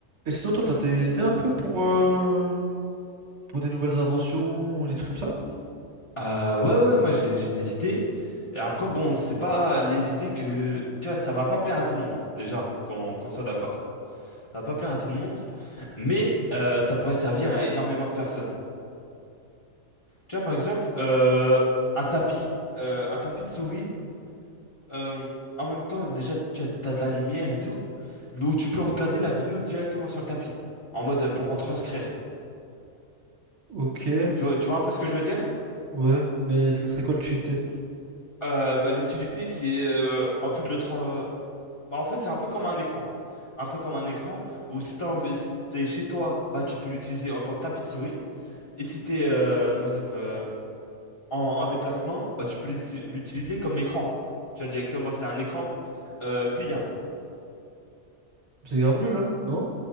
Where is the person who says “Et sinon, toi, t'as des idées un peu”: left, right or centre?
Right